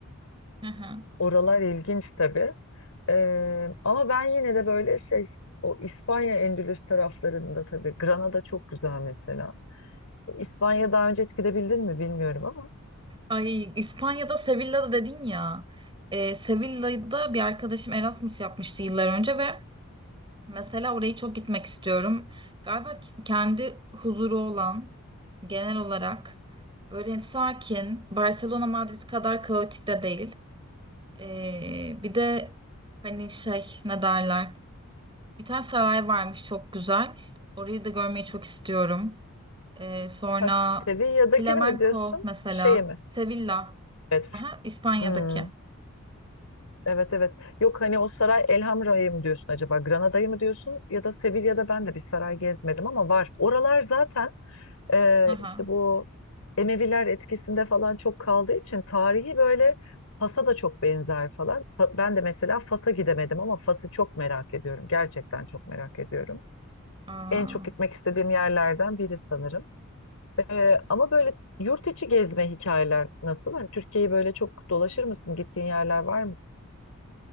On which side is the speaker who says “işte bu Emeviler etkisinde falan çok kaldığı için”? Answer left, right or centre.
Left